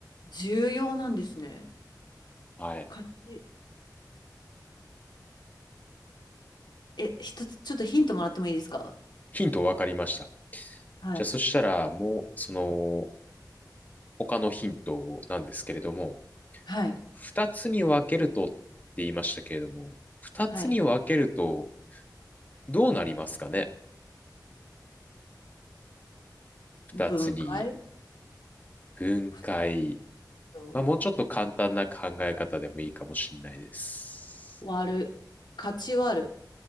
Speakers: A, on the left; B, on the left.
A: 重要なんですね。
B: はい。
A: かち、え、一つ、ちょっとヒントもらってもいいですか
B: ヒント分かりました。
A: はい。
B: じゃあそしたらもうその
A: うん
B: 他のヒントなんですけれども、
A: はい。
B: 二つに分けるとって言いましたけれども、二つに分けると
A: はい。
B: どうなりますかね二つに
A: 分解
B: 分解。
A: ふと、
B: まあもうちょっと簡単な考え方でもいいかもしれないです。
A: 割る。勝ち割る。